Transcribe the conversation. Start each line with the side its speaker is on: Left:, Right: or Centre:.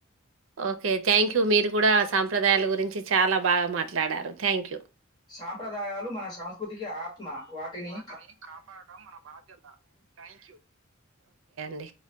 Right: ఓకే థాంక్యూ మీరు కూడా సాంప్రదాయాల గురించి చాలా బాగా మాట్లాడారు థ్యాంక్ యూ.
Left: సాంప్రదాయాలు మన సంస్కృతికి ఆత్మ వాటిని.
Right: వాటిని కప్పడం మన బాధ్యత థ్యాంక్ యూ.